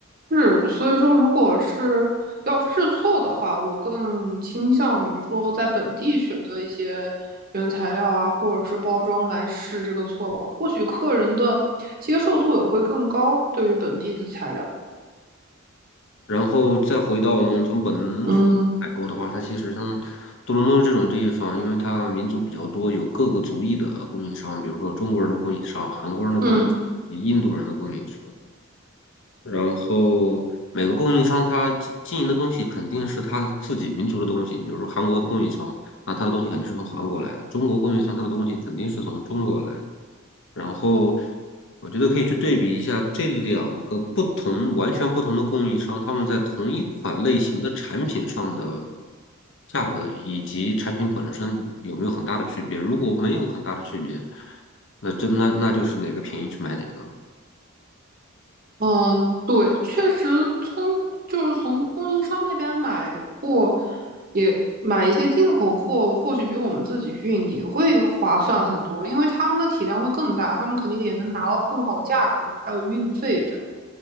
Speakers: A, on the right; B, on the left.
A: 是，所以说如果是要试错的话，我更倾向于说在本地选择一些原材料啊，或者是包装来试这个错吧，或许客人的接受度也会更高，对于本地的材料。
B: 然后再回到我们从本土采购的话，
A: 嗯
B: 它其实像多伦多这种地方，因为它民族比较多，有各个族裔的供应商，比如说中国人的供应商、韩国人的供应商、
A: 嗯。
B: 印度人的供应商，然后每个供应商他经经营的东西肯定是他自己民族的东西，比如说韩国的供应商，那他的东西肯定是从韩国来的；中国供应商他的东西肯定是从中国来的。然后我觉得可以去对比一下这两个不同、完全不同的供应商，他们在同一款类型的产品上的价格以及产品本身有没有很大的区别。如果没有很大的区别，那真那那就是哪个便宜去买哪个。
A: 嗯，对，确实从就是从供应商那边买货，也买一些进口货，或许比我们自己运也会划算很多，因为他们的体量会更大，他们肯定也能拿到更好的价格，还有运费这样，